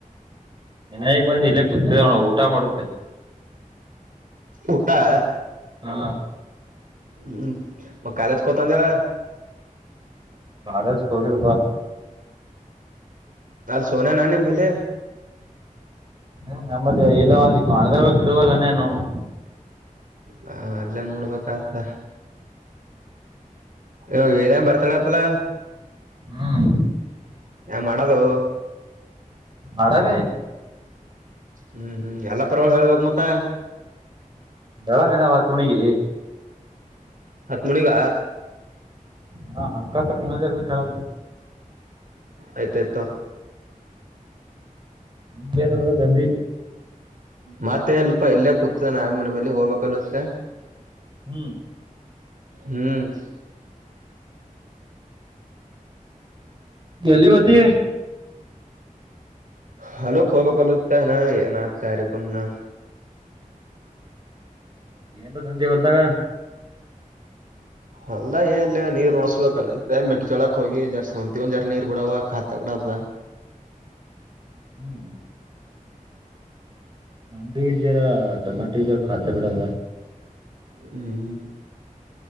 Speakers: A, on the right; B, on the right.
A: ನನಗ್ ಬಂದ್ ಇಲ್ಲೇ ಕೂತ್ಿದ ಊಟ ಮಾಡುತ್ತೆ
B: ಊಟಾ
A: ಹಾ
B: ಹ್ಮ್ ಮ ಕಾಲಜ ಕೊತಾನ ಜರ
A: ನಜಕ್ಕೆ ಹೋಗಿಲ್ಲಪ್ಪಾ
B: ಸೋನ ನಾನ ಭಲೆ
A: ಹ ನಮ್ಮಲ್ಲಿ ಇಲ್ಲ ಅಲ್ಲಿ ಮಾಡ್ದ ಬ ಬಿಡುವಲ್ಲನೇ ನೋನು
B: ಹ ಅಲ್ಲ ನೋಡ್ಬೇಕಾಗ್ದ ಹ ದನ್ ಬರ್ತಾಳಪ್ಪಲ
A: ಹ್ಮ್
B: ಯ ಮಾಡದು
A: ಆಡಾಮಿ
B: ಹ್ಮ್ ಹ್ಮ್ ಎಲ್ಲಾ ಪರವಾಗಿ ಹೇಳ್ಬೇಕೇಕ್ ಮತ್ತ
A: ಬೆಳ ಮನಾವತ್ುಣಿಗಿ
B: ಹತ್ತುಮನಗ
A: ಹಾ ಅಂಕಕ್ಕ ಪಿನದರ್ ಬಿಟ್ಟ ಹೇಳ
B: ಆಯ್ತಾಯ್ತು
A: ನಿ ಏನ್ ನೋಡಬೇಕ ದಂದಿ
B: ಮತ್ತೇಲ್ಪ ಎಲ್ಲೇ ಕೂತದ ನಾವೇ ಮನೆ ಬಲಿ ಹೋಗ್ಬೇಕಲ್ತ್ತೆ
A: ಹ್ಮ್
B: ಹ್ಮ್
A: ಗಲ್ಲಿ ಹೊತಿ
B: ಹಲೋ ಕೋಬ ಕಲ್ತ್ತ ಏನ ಸಾರ ಕುುನ್ನ
A: ಎಏಂತ ತಂದೆ ಹೊಲ್ದಾಗ
B: ಅಲ್ಲ ಏನ್ ಇಿಲ್ಲ ನೀರ್ ಉಣಸ್ಬೇಕಲ್ಲ ಮ ಚೊಳಕ್ ಹೋಗಿ ಜರ್ಸಂತವನ್ ಜರ ನೀರ್ ಬಿಡವ ತ ಬಿಡ ಹ್ಮ್
A: ಹ್ಮ್ ನಮ್ದು ಇಲ್ ಜರ ಟೊಮೆಟೋ ಖಾತ್ ಬಿಡದ
B: ಹ್ಮ